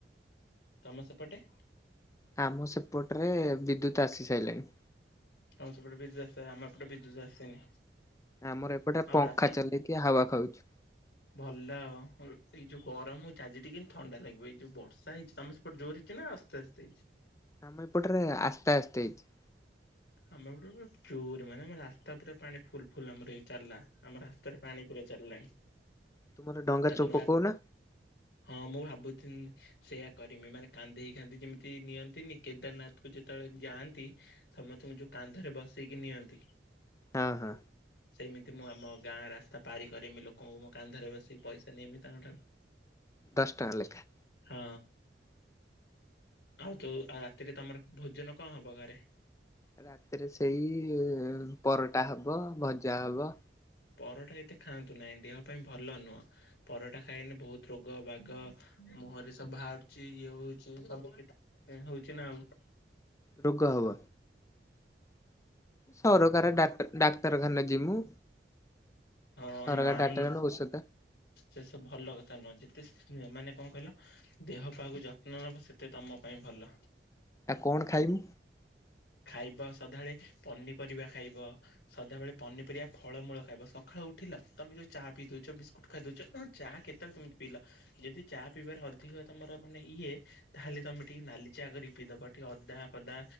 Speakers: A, on the left; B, on the left.
A: ତମ ସେପଟେ?
B: ଆମ ସେପଟରେ ବିଦ୍ୟୁତ ଆସି ସାଇଲାଣି।
A: ତମ ସେପଟେ ବିଦ୍ୟୁତ୍ ଆସି ସାରଲାଣି ଆମ ଏପଟେ ବିଦ୍ୟୁତ୍ ଆସିନି।
B: ଆମର ଏପଟେ
A: ଆଉ
B: ପଙ୍ଖା
A: ରାତିକି
B: ଚଲେଇକି ହାୱା ଖାଉଛୁ।
A: ଭଲ ଆଉ ରୁଟି ଏଇ ଯୋଉ ଗରମ। ଆଜି ଟିକ ଥଣ୍ଡା ଲାଗିବ ଏଇ ଯୋଉ ବର୍ଷା ହେଇଚି, ତମେ ସେପଟେ ଜୋରେ ହେଇଚି ନା ଆସ୍ତେ ଆସ୍ତେ ହେଇଚି?
B: ଆମେ ଏପଟରେ ଆସ୍ତେ ଆସ୍ତେ ହେଇଚି।
A: ଆମ ଏପଟେ ପୁରା ଜୋରେ ମାନେ ଆମ ରାସ୍ତା ପୁରା ପାଣି ଫୁଲ୍ ଫୁଲ୍ ଆମର ହେଇ ଚାଲଲା ଆମ ରାସ୍ତାରେ ପା ପାଣି ପୁରା ଚାଲଲାଣି,
B: ତୁମର ଡଙ୍ଗା
A: ଆଉ
B: ଚୋଉ
A: ତମେ
B: ପକଉନା
A: ରା ହଁ ମୁଁ ଭାବୁଥିଲି। ସେଇଆ କରିମି ମାନେ କାନ୍ଦେଇ କାନ୍ଦି ଯେମିତି ନିଅନ୍ତିନି କେଦାରନାଥକୁ ଯେତେବେଳେ ଯାଆନ୍ତି। ସମସ୍ତଙ୍କୁ ଯୋଉ କାନ୍ଧରେ ବସେଇକି ନିଅନ୍ତି।
B: ହଁ ହଁ।
A: ସେମିତି ମୁଁ ଆମ ଗାଁ ରାସ୍ତା ପାରି କରିମି ଲୋକଙ୍କୁ ମୋ କାନ୍ଧରେ ବସିକି ପଇସା ନେମି ତାଙ୍କଠାରୁ।
B: ଦଶ ଟଙ୍କା ଲେଖା।
A: ହଁ ଆଉ ତୁ ଆଉ ରାତିରେ ତମର ଭୋଜନ କଁ ହବ ଘରେ?
B: ରାତିରେ ସେଇ ପରଟା ହବ, ଭଜା ହବ।
A: ପରଟା ଏତେ ଖାଆନ୍ତୁ ନାହିଁ ଦେହ ପାଇଁ ଭଲ ନୁହଁ ପରଟା ଖାଇଲେ ବହୁତ ରୋଗ ବାଗ। ମୁହଁରେ ସବୁ ବାହାରୁଚି ଇଏ ହଉଚି ସବୁ କି ତା ପାଇଁ ହଉଚି ନା ଆଉ।
B: ରୋଗ ହବ ସରକାର ଡାକ୍ ଡାକ୍ତରଖାନା ଯିମୁ।
A: ହଁ
B: ସରକାର
A: ନାଇଁ
B: ଡାକ୍ତରଖାନା ଔଷଧ
A: ସେ ସବୁ ଭଲ କଥା ନୁହଁ, ଯେତେ ତ ଏମାନେ କଣ କହିଲ ଦେହ ପାହାକୁ ଯତ୍ନ ନବ ସେତେ ତୋମ ପାଇଁ ଭଲ।
B: ଆଉ କଣ ଖାଇବୁ?
A: ଖାଇବ ସଧାବେଳେ ପନିପରିବା ଖାଇବ। ସଦାବେଳେ ପନିପରିବା, ଫଳମୂଳ ଖାଇବ। ସଖାଳ ତ ଉଠିଲ ତୋମେ ଯୋଉ ଚା ପିଇ ଦଉଛ। ବିସ୍କୁଟ୍ ଖାଇ ଦଉଛ। ହଁ ଚା କେତେବେଳେ ସେମିତି ପିଇଲ। ଯଦି ଚା ପିଇବାରେ ଅ ଅଧିକ ତୋମର ମାନେ ଇଏ ତାହେଲେ ତୋମେ ଟିକେ ନାଲି ଚା କରିକି ପିଇଦବ। ଟିକେ ଅଦା ଫଦା